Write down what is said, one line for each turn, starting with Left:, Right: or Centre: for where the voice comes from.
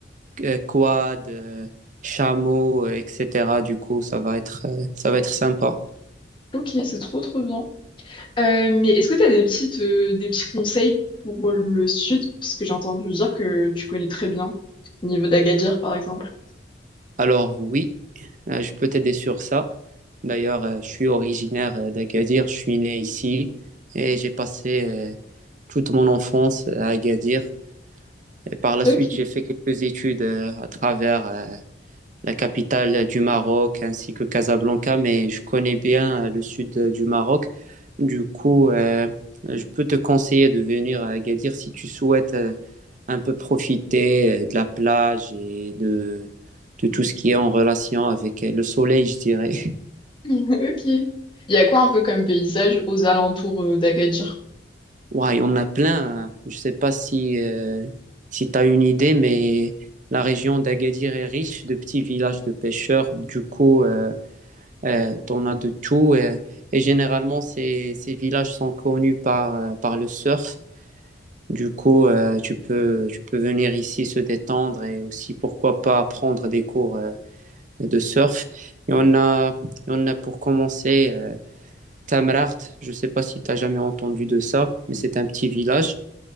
Right: euh, quad, euh, chameau, euh, etc. Du coup, ça va être, euh, ça va être sympa.
Left: Ok, c'est trop trop bien. Euh, mais est-ce que tu as des petites, euh, des petits conseils pour le sud? Parce que j'ai entendu dire que tu connais très bien, au niveau d'Agadir par exemple.
Right: Alors oui, euh, je peux t'aider sur ça. D'ailleurs, euh, je suis originaire euh, d'Agadir, je suis né ici et j'ai passé euh, toute mon enfance euh, à Agadir. Et par la
Left: Ok,
Right: suite, j'ai fait quelques études euh, à travers euh, la capitale du Maroc, ainsi que Casablanca, mais je connais bien euh, le sud euh, du Maroc. Du coup, euh, je peux te conseiller de venir à Agadir si tu souhaites euh, un peu profiter euh, de la plage et de, de tout ce qui est en relation avec euh, le soleil, je dirais. <laughs>
Left: <laughs> ok. Il y a quoi un peu comme paysage aux alentours euh, d'Agadir?
Right: Ouais, on a plein. hein. Je sais pas si, euh, si tu as une idée, mais la région d'Agadir est riche de petits villages de pêcheurs. Du coup, euh, Euh, t'en as de tout. euh, et généralement, ces, ces villages sont connus par, euh, par le surf. Du coup, euh, tu peux, tu peux venir ici se détendre et aussi, pourquoi pas, prendre des cours euh, de surf. Et on a, on a pour commencer euh, Tamraght. Je ne sais pas si tu as jamais entendu de ça, mais c'est un petit village,